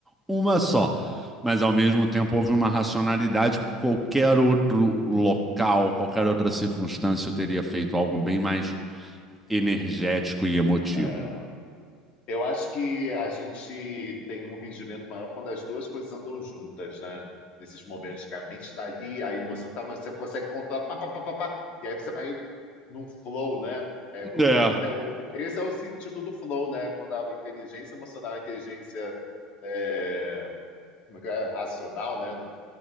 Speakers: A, in the centre; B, on the left (about 55°).
A: uma só. Mas ao mesmo tempo houve uma racionalidade, porque qualquer outro local, qualquer outra circunstância, eu teria feito algo bem mais energético e emotivo.
B: É. Eu acho que a gente tem um rendimento maior quando as duas coisas andam juntas, né? Nesses momentos que a mente está ali, a emoção está mas você consegue controlar, pá, pá, pá, pá, pá, e aí você vai num flow, né? É quando
A: É,
B: tem o- esse é o sentido do flow, né? Quando a inteligência emocional, a inteligência é, como é que é? racional, né?